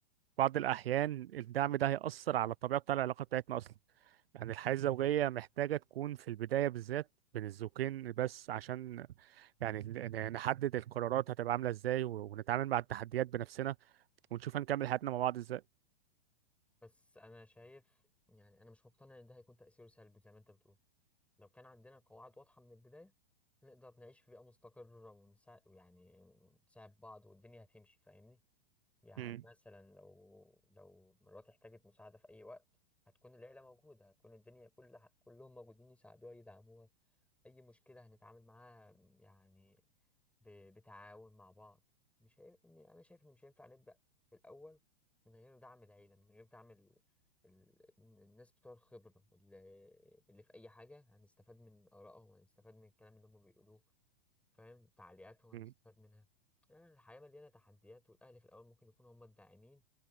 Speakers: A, on the right; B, in the centre.
A: بعض الأحيان الدعم ده هيأثر على الطبيعة بتاع العلاقة بتاعتنا أصلا يعني الحياة الزوجية محتاجة تكون في البداية بالذات بين الزوجين بس عشان يعني ن- نحدد القرارات هتبقى عاملة ازاي و- ونتعامل مع التحديات بنفسنا ونشوف هنكمل حياتنا مع بعض ازاي
B: بس أنا شايف يعني أنا مش مقتنع إن ده هيكون تأثيره سلبي زي ما أنت بتقول لو كان عندنا قواعد واضحة من البداية نقدر نعيش في بيئة مستقرة ونساعد يعني نساعد بعض والدنيا هتمشي فاهمني يعني
A: مم.
B: مثلا لو لو مراتي احتاجت مساعدة في أي وقت هتكون العيلة موجودة هتكون الدنيا كل ح- كلهم موجودين يساعدوها يدعموها أي مشكلة هنتعامل معاها يعني ب- بتعاون مع بعض مش هي... أنا شايف إن مش هينفع نبدأ في الأول من غير دعم العيلة من غير دعم ال... ال... الناس بتوع الخبرة اللي... اللي في أي حاجة هنستفاد من آرائهم هنستفاد من الكلام اللي هم بيقولوه فاهم تعليقاتهم هنستفاد
A: مم.
B: منها يعني الحياة مليانة تحديات والأهل في الأول ممكن يكونوا هم الداعمين